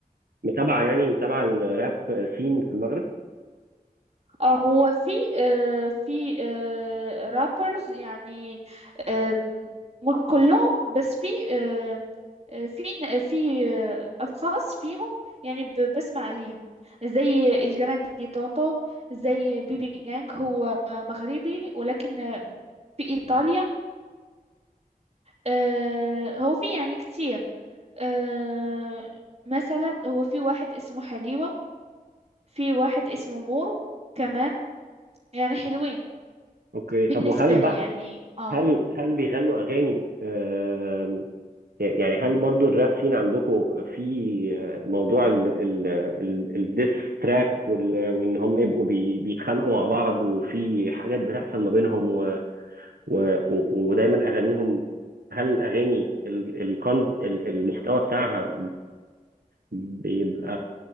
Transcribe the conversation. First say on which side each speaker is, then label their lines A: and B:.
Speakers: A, on the right; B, on the right.
A: متابعة يعني متابعة الراب آه، سين في المغرب؟
B: اه هو في آه في آه رابرز يعني آم، مش كلهم بس في آم، آه في ن- في آه اشخاص فيهم يعني ب- بسمع ليهم زي الجراندي توتو زي بيبي جانج هو مغربي ولكن آه، في ايطاليا آه هو في يعني كتير آه مثلا هو في واحد اسمه حليوة في واحد اسمه مورو كمان يعني حلوين
A: أوكي
B: بالنسبة
A: طب وهل بقى
B: لي يعني اه
A: هل هل بيغنوا أغاني آه، يعني هل برضو الراب سين عندكم في آه، موضوع ال- ال- ال- الديس تراك وال- وإن هم يبقوا بي- بيتخانقوا مع بعض وفي حاجات بتحصل ما بينهم و- و- ودايما اغانيهم هل الاغاني ال- الكون- ال- المحتوى بتاعها بيبقى